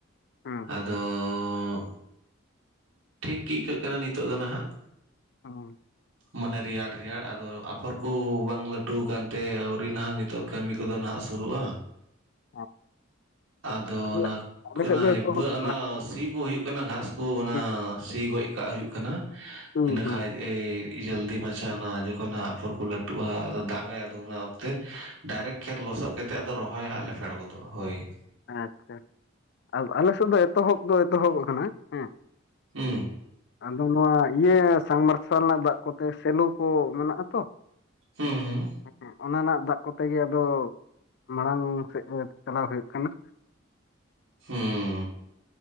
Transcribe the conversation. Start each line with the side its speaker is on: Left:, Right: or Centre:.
Left: ᱦᱩᱸ
Right: ᱟᱫᱚᱻ ᱴᱷᱤᱠ ᱜᱤ ᱟᱹᱭᱠᱟᱹᱜ ᱠᱟᱱᱟ ᱱᱤᱛᱚᱜ ᱫᱚ ᱱᱟᱦᱟᱸᱜ
Left: ᱦᱳᱭ
Right: ᱢᱟᱱᱮ ᱨᱮᱭᱟᱲ ᱨᱮᱭᱟᱲ ᱟᱫᱚ ᱟᱯᱷᱚᱨ ᱠᱚ ᱵᱟᱝ ᱞᱟᱹᱴᱩ ᱟᱠᱟᱱᱛᱮ ᱟᱹᱣᱨᱤ ᱱᱟᱦᱟᱜ ᱱᱤᱛᱚᱜ ᱠᱟᱹᱢᱤ ᱠᱚᱫᱚ ᱱᱟᱦᱟᱸᱜ ᱥᱩᱨᱩᱜᱼᱟ
Left: <inaudible>
Right: ᱟᱫᱚ
Left: ᱟᱞᱮ
Right: ᱚᱱᱟ
Left: ᱟᱞᱮ
Right: ᱠᱟᱱᱟᱼᱼ
Left: ᱥᱮᱫ ᱫᱚ ᱮᱛᱚᱦᱚᱵ
Right: ᱚᱱᱟ
Left: ᱟᱠᱟᱱᱟ
Right: ᱥᱤ ᱦᱚ ᱦᱩᱭᱩᱜ ᱠᱟᱱᱟ ᱜᱷᱟᱥ ᱠᱚ ᱚᱱᱟ
Left: ᱦᱩᱸ
Right: ᱥᱤ ᱜᱚᱡ ᱠᱟᱜ ᱦᱩᱭᱩᱜ ᱠᱟᱱᱟ
Left: ᱦᱩᱸ
Right: ᱤᱱᱟᱹᱠᱷᱟᱡᱼᱼ
Left: ᱦᱩᱸ
Right: ᱮᱭ ᱡᱚᱞᱫᱤ ᱢᱟᱪᱷᱟ ᱚᱱᱟ ᱡᱚᱠᱷᱚᱱ ᱦᱟᱸᱜ ᱟᱯᱷᱚᱨ ᱠᱚ ᱞᱟᱹᱴᱩᱜᱼᱟ ᱟᱫᱚ ᱫᱟᱜᱟᱭ ᱟᱫᱚ ᱚᱱᱟᱼᱼ ᱛᱮ ᱰᱟᱭᱨᱮᱠᱴ ᱠᱷᱮᱛ ᱞᱚᱥᱚᱫ ᱠᱟᱛᱮ ᱟ ᱨᱚᱦᱚᱭ ᱦᱟᱸᱜ ᱞᱮ ᱯᱷᱮᱰ ᱜᱚᱫᱚᱜᱼᱟ ᱦᱳᱭ ᱾
Left: ᱟᱪᱪᱷᱟ ᱟᱞᱮ ᱥᱮᱫ ᱫᱚ ᱮᱛᱚᱦᱚᱵ ᱫᱚ ᱮᱛᱚᱦᱚᱵ ᱟᱠᱟᱱᱟ ᱦᱮᱸ,
Right: ᱦᱩᱸ
Left: ᱟᱫᱚ ᱱᱚᱣᱟ ᱤᱭᱟᱹ ᱥᱟᱢ ᱢᱟᱨᱥᱟᱞ ᱨᱮᱱᱟᱜ ᱫᱟᱜ ᱠᱚᱛᱮ ᱥᱮᱞᱳ ᱠᱚ ᱢᱮᱱᱟᱜᱼᱟ ᱛᱚ,
Right: ᱦᱩᱸ ᱦᱩᱸ
Left: ᱟᱪᱪᱷᱟ ᱚᱱᱟ ᱨᱮᱱᱟᱜ ᱫᱟᱜ ᱠᱚᱛᱮ ᱜᱮ ᱟᱫᱚ ᱢᱟᱲᱟᱝ ᱥᱮᱫ ᱪᱟᱞᱟᱣ ᱦᱩᱭᱩᱜᱼᱼ ᱠᱟᱱᱟ᱾
Right: ᱦᱩᱸ